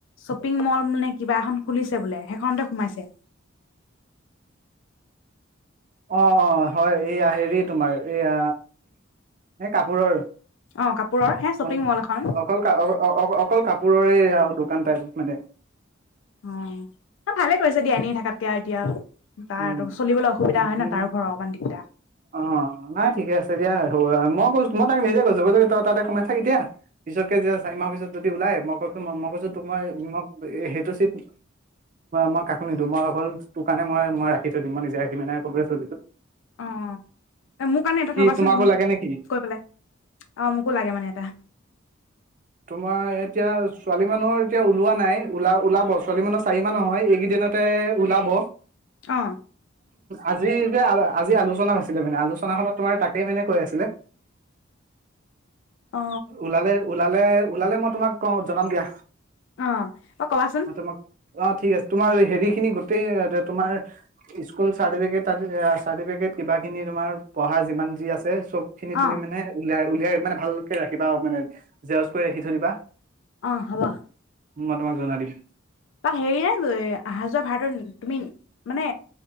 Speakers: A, on the left; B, on the right.
A: শ্বপিং মলে কিবা এখন খুলিছে বোলে সেইখনতে সোমাইছে।
B: অ - অ হয় এইয়া হেৰি তোমাৰ এইয়া এ কাপোৰৰ
A: অ কাপোৰৰ হে শ্বপিং
B: অ'
A: মল এখন
B: অকল অ অকল কাপোৰৰে দু কাম কাজত মানে
A: উম অ' ভালে কৰিছ দিয়া এনেই থাকাতকে আৰু এতিয়া। তাৰ
B: উ'
A: চলিবলৈ অসুবিধা হয় ন তাৰো ঘৰৰ অকমান দিগদাৰ
B: অ 'নাই ঠিকে আছে দিয়া মই কৈছো। মই তাক নিজে কৈছো, কৈছো কি তই তাতে সোমাই থাক এতিয়া পিছতকে যে চাৰি মাহৰ পিছত যদি ওলাই মই কৈছো- মই কৈছো তোক 'মই -মই সেইটো চিট মই কাকো নিদিওঁ মই অকল তোৰ কাৰণে মই মই ৰাি থ দিম মই নিজেখি নাই কবছিছো
A: অ মোৰ কাৰণে এটা
B: কি'
A: থবাচোন
B: তোমাকো
A: তুমি
B: লাগে নেকি
A: কৈ পেলাই অ মোকো লাগে মানে এটা
B: তোমাৰ এতিয়া? ছোৱালী মানুহৰ এতিয়া ওলোৱা নাই ওলা ওলাব ছোৱালী মানুহৰ চাৰি মাহ নহয় এইকেইদিনতে ওলাব
A: অ
B: আজি যে আজি আলোচনা হৈছিলে মানে আলোচনাখনত তোমাৰ তাকেই মানে কৈ আছিলে।
A: অ
B: ওলালে ওলালে ওলালে মই তোমাক কও জনাম দিয়া।
A: অ' অ কবাচোন।
B: মই তোমাক অ ঠিক আছে তোমাৰ হেৰি খিনি গোটেই অ দ তোমাৰ স্কুল চাৰ্টিফিকেট - তাৰ চাৰ্টিফিকেট কিবা খিনি তোমাৰ পঢ়া যিমান যি আছে। চবখিনি
A: অ
B: তুমি মানে উলাৰ উলিয়াই মানে ভালকে ৰাখিবা আৰু মানে, জেৰক্স কৰি ৰাখি থৈ দিবা।
A: অ হব।
B: মই তোমাক জনাই দিম।
A: তাত হেৰি এ আহা যোৱা ভাৰাটো তুমি মানে